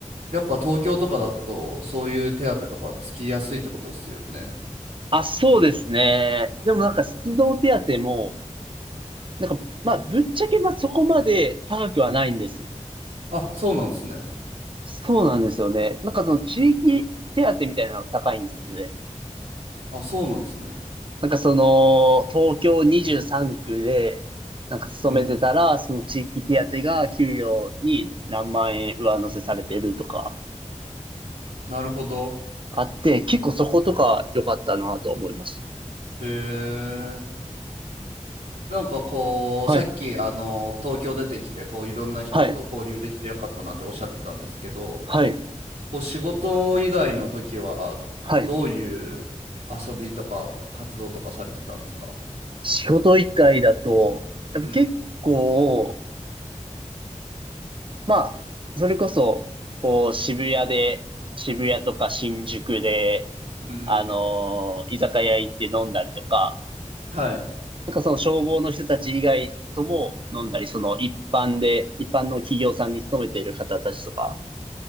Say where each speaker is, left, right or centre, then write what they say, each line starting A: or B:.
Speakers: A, on the right; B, on the right.
A: やっぱ東京とかだと、そういう手当とかつきやすいってことですよね。
B: あ、そうですね。でもなんか出動手当も、
A: うん
B: なんか、まあ、ぶっちゃけまあそこまで高くはないんですよ。
A: あ、そうなんですね。
B: そうなんですよね。なんかその地域手当みたいなのが高いんですよね。
A: あ、そうなんですね。
B: なんかその、東京23区で、なんか勤めてたら、
A: うん。
B: その地域手当が給料に何万円上乗せされてるとか
A: なるほど。
B: あって、結構そことか良かったなと思いました。
A: へえ。なんかこう、
B: はい、
A: さっき、あの、東京出てきて、こう、いろんな人と交流できてよかったなっておっしゃってたんですけど、
B: はい、はい、
A: お仕事以外の時は、
B: はい。
A: どういう遊びとか活動とかされてたんですか
B: 仕事以外だと、やっぱ結構、
A: うん。
B: まあ、それこそ、こう、渋谷で、渋谷とか新宿で、
A: うん。
B: あのー居酒屋行って飲んだりとか、
A: はい。
B: なんかその消防の人たち以外とも飲んだり、その一般で、一般の企業さんに勤めている方たちとか、